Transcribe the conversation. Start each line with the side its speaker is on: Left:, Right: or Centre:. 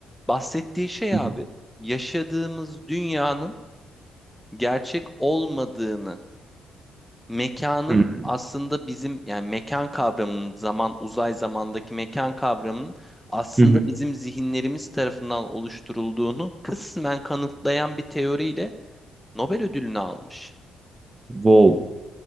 Centre: bahsettiği şey
Right: Hı
Centre: abi
Right: hı.
Centre: yaşadığımız dünyanın gerçek olmadığını mekanın
Right: Hmm.
Centre: aslında bizim yani mekan kavramının zaman uzay zamandaki mekan kavramının aslında
Right: Hı hı. hı.
Centre: bizim zihinlerimiz tarafından oluşturulduğunu kısmen kanıtlayan bir teoriyle Nobel ödülünü almış.
Right: Wow.